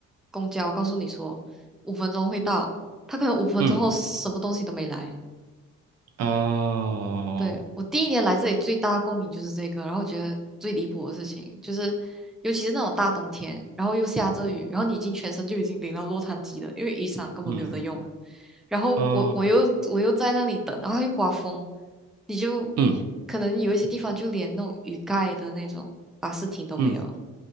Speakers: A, in the centre; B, on the right.
A: 公交告诉你说五分钟会到，他可能五分钟后什么东西都没来。
B: 嗯啊，
A: 对，我第一年来这里最大的共鸣就是这个，然后我觉得最离谱的事情就是，尤其是那种大冬天，然后又下着雨，然后你已经全身就已经淋到落汤鸡了，因为雨伞根本没有得用了。
B: 嗯
A: 然后我我又我又在那里等，
B: 啊，
A: 然后又刮风，你就
B: 嗯
A: 可能有一些地方就连那种雨盖的那种巴士停都没有，
B: 嗯